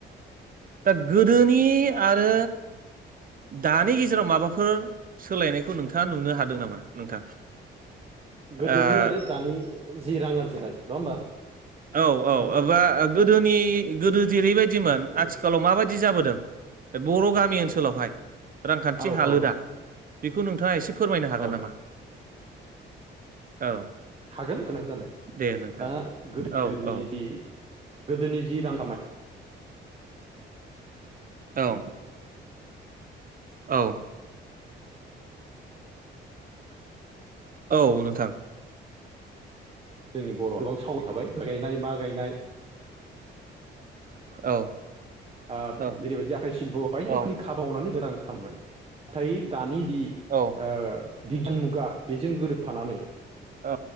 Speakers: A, on the right (about 45°); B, on the right (about 30°).
A: दा गोदोनि आरो दानि गेजेराव माबाफोर सोलायनायखौ नोंथाङा नुनो हादों नामा नोंथां
B: गोदोनि
A: ओ
B: आरो दानि जि रां आरजिनाय नङा होमबा
A: औ
B: नोंथां
A: औ ओबा गोदोनि गोदो जेरैबायदिमोन आथिख
B: औ
A: आथिखालाव माबायदि जाबोदों बे बर' गामि ओनसोलावहाय रांखान्थि
B: औ
A: हालोदा।
B: औ
A: बेखौ नोंथाङा एसे फोरमायनो हागोन
B: औ
A: नामा? औ।
B: हागोन मानो हाया जानो
A: दे नोंथां
B: दा गोदोनि
A: औ औ
B: जि गोदोनि जि रां खामाय
A: औ। औ। औ नोंथां।
B: जोंनि बर'आव गोबां सावल थाबाय माइ गायनाय मा गायनाय।
A: औ।
B: ओ
A: औ
B: जेरैबायदि आखाइ सिल्प'आव बायदि
A: औ
B: रोखोमनि खाबावनानै जों रां खामोमोन नाथाय दानि जि
A: औ।
B: ओ बिगियान मुगा बेजों गोरोबफानानै
A: औ